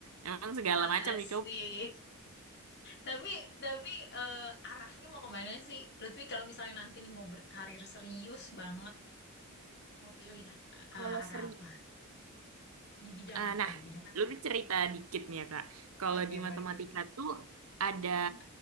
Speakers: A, on the right; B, on the left.
A: emang segala
B: Wah,
A: macam
B: asik.
A: dicoba
B: Tapi tapi eh, arahnya mau kemana sih? Lutfi kalau misalnya nanti nih mau berkarir serius banget, mau pilih eh,
A: kalau
B: arah
A: seri
B: apa? Di bidang
A: ah,
B: apa?
A: nah
B: Di bidang apa?
A: lu cerita dikit nih ya kak kalau
B: Oke,
A: di
B: boleh
A: matematika
B: boleh.
A: tuh ada
B: Mhm.